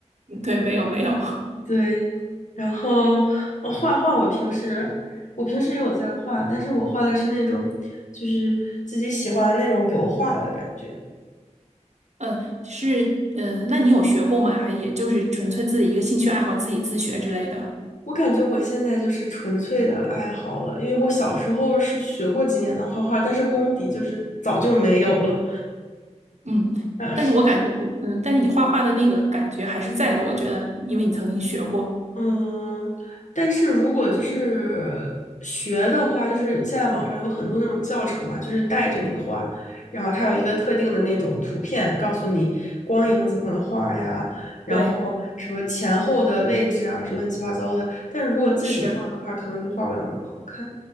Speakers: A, on the right; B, on the left.
A: 对，没有没有，
B: 对，然后呃画画，我平时我平时也有在画，但是我画的是那种就是自己喜欢的那种油画的感觉。
A: 嗯，是，嗯，那你有学过吗？还也就是纯粹自己一个兴趣爱好，自己自学之类的。
B: 我感觉我现在就是纯粹的爱好了，因为我小时候是学过几年的画画，但是功底就是早就没有了。
A: 嗯，
B: 但是，
A: 但是我感觉，嗯，但是你画画的那个感觉还是在的，我觉得，因为你曾经学过。
B: 嗯，但是如果就是学的话，就是现在网上有很多那种教程嘛，就是带着你画，然后它有一个特定的那种图片，告诉你光影怎么画呀，然后什么前后的位置啊，
A: 对，
B: 乱七八糟的。但是如果自己画的话，
A: 是，
B: 可能就画不了那么好看，